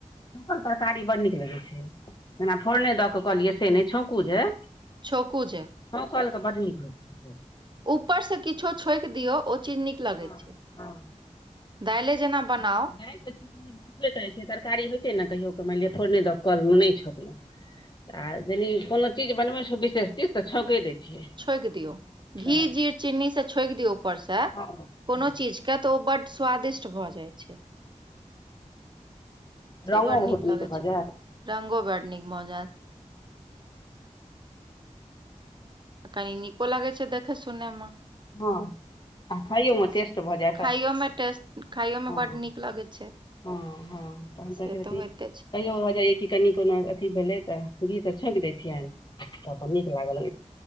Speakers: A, on the left (about 35°); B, on the right (about 35°).
A: छौकल तरकारी बड़ नीक लगै छै जेना फोरने दऽ कऽ लिय से नै छौकू जे
B: छोकु जे।
A: छौकल के बड नीक होइ छै से
B: ऊपर सँ किछो छोकि दियौ ओ चीज न लगै
A: हँ
B: छै
A: हँ
B: दाइले जेना बनाउ।
A: दाइल। छबे करै छै तरकारी होइ छै ने कहियो क मैनलिय फोरने दऽ क नहि छोकलहुँ आ जेनी कोनो चीज बनबै छौ विशेष चीज त छोके दै छियै
B: छोकि दियौ
A: तऽ
B: घी जीर चीन्नी से छोकि दियौ ऊपर से
A: हँ
B: कोनो
A: हँ
B: चीज कऽ किया तऽ ओ बड्ड स्वादिष्ट भ जाइ छै से
A: रंगो
B: बड्ड
A: बहुत नीक
B: लगै
A: भऽ
B: छै
A: जैत
B: रंगो बड़ नीक भऽ जैत आ कनी नीको लागै छै देखै सुनै मे
A: ह आ खइयोम टेस्ट
B: से
A: भऽ जैत
B: खाइयो मे टेस्ट खाइयो मे
A: हँ
B: बड्ड नीक लगै छै
A: हँ हँ तक
B: से तऽ होइते छै
A: कहियो भऽ जाइया कि कनि कोनो अथी भेलै तऽ गीत छौकि दै छियनि तऽ नीक लागल